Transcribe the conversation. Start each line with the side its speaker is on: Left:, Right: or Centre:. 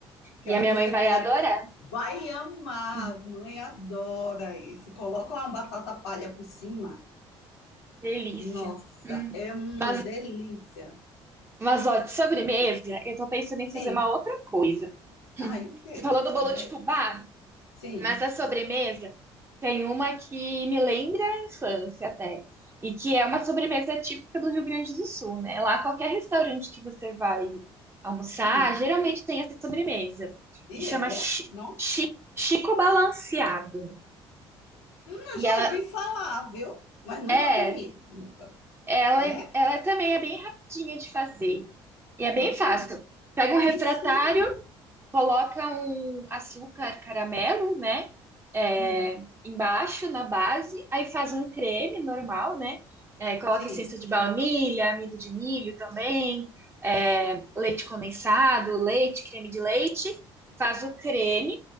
Left: Que
Right: E
Left: aí
Right: a minha
Left: você
Right: mãe vai
Left: coloca.
Right: adorar.
Left: Vai amar,
Right: Hum,
Left: as mães adoram isso. Coloca uma batata palha por cima.
Right: delícia.
Left: Nossa,
Right: hum.
Left: é uma
Right: Mas,
Left: delícia.
Right: mas ó, de sobremesa, eu tô pensando em
Left: Sim.
Right: fazer uma outra coisa.
Left: Aí o quê?
Right: Você falou do bolo
Left: Diga
Right: de
Left: aí.
Right: fubá?
Left: Sim.
Right: Mas a sobremesa tem uma que me lembra a infância até, e que é uma sobremesa típica do Rio Grande do Sul, né? Lá qualquer restaurante que você vai almoçar,
Left: Hum.
Right: geralmente tem essa sobremesa,
Left: E
Right: que chama
Left: é?
Right: chi-
Left: Nossa.
Right: chi- Chico Balanceado.
Left: Eu
Right: E
Left: já
Right: ela
Left: ouvi falar, viu? Mas nunca
Right: é,
Left: comi. Nunca.
Right: ela,
Left: É?
Right: ela também é bem rapidinha de fazer. E é bem
Left: Ai.
Right: fácil. Pega um refratário,
Left: Me ensina.
Right: coloca um açúcar caramelo, né? é,
Left: Hum,
Right: embaixo na base, aí faz um creme normal, né? É, coloca
Left: sim.
Right: essência de baunilha, amido de milho também, é, leite condensado, leite, creme de leite, faz o creme,